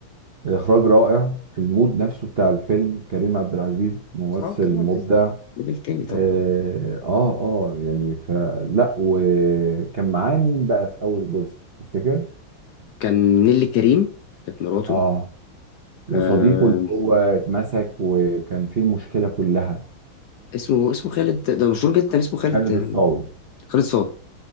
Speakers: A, on the right (about 50°); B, on the left (about 70°).
A: اخراج رائع المود نفسه بتاع الفيلم كريم عبد العزيز ممثل
B: اه كريم
A: مبدع
B: عبد العزيز ليفل تاني طبعا
A: اه اه آه، يعني فلا وكان معاه مين بقى في اول جزء تفتكر
B: كان نيلي كريم كانت مراته
A: اه وصديقه
B: آه
A: اللي هو اتمسك وكان فيه المشكله كلها
B: اسمه اسمه خالد ده مشهور جدا اسمه خالد
A: خالد الصاوي
B: خالد صاوي